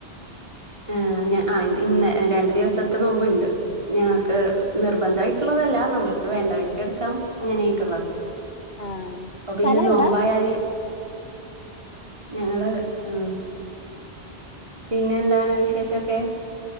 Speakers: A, on the right; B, on the left.
A: ആ ഞാ ഇന്ന് രണ്ടു ദിവസത്തെ നോമ്പ്ണ്ട് ഞങ്ങക്ക് നിർബന്ധായി ട്ട്ള്ളതല്ല നമ്മൾക്ക് വേണ്ടവര്ക്ക് എടുക്കാം അങ്ങനെയായിട്ടുള്ളത്
B: ആഹ്
A: അപ്പൊ പിന്നെ
B: സ്ഥലം
A: നോമ്പായാല്
B: എവിടാ
A: ഞങ്ങള് ആ പിന്നെ എന്താണ് വിശേഷൊക്കെ